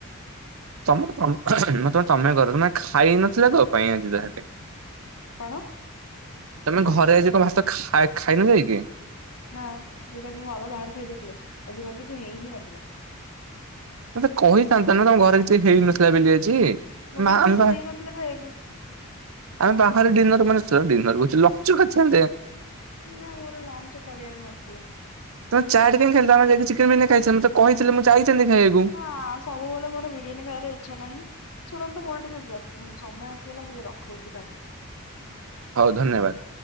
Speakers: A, on the right (about 65°); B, on the left (about 85°).
A: ତମକୁ ତ ତମେ ତମେ କରିଦେଲ ନା କଣ ଖାଇ ନଥିଲା କୋ ପାଇଁ ଏତେବେଳେ ଯାକେ।
B: କଣ?
A: ତମେ ଘରେ ଆଜି କଣ ଭାତ ଖ ଖାଇନ ଯାଇକି?
B: ନା ବିକଜ୍ ମୋ ବାବା ବାହାରେ ଖାଇଦେଇଥିଲେ ଆଜି ଘରେ କିଛି ହେଇ ହି ନଥିଲା।
A: ମତେ କହିଥାନ୍ତା ନା ତମ ଘରେ କିଛି ହେଇନଥିଲା ବୋଲି ଆଜି?
B: ମୋତେ
A: ମା ଆମେ
B: କିଛି ଇଛା
A: ବା
B: ହିଁ ନଥିଲା ଖାଇବାକୁ?
A: ଆମେ ବାହାରେ ଡିନର ମାନେ ଡିନର <inaudible>
B: ନା ମୋର ଲାଞ୍ଚ କରିଆରେ ନଥିଲା।
A: ତମେ ଚାଟ କାଇଁ ଖାଇ ତମ ଯାଇି ଚିକେନ ବିରୀୟାନି ଖାଇଥାନ୍ତ ମତେ କହିଥିଲେ ମୁଁ ଯାଇଥାନ୍ତେ ଖାଇବାକୁ।
B: ନା ସବୁବେଳେ ମୋର ବିରିୟାନୀ ଖାଇବାର ଇଚ୍ଛା ନାହିଁ। ଶୁଣନ୍ତୁ ମୋର ଟିକେ ସମୟ ଆସିଗଲା ମୁଁ ଟିକେ ରଖଉଛି ବାଏ।
A: ହଉ ଧନ୍ୟବାଦ।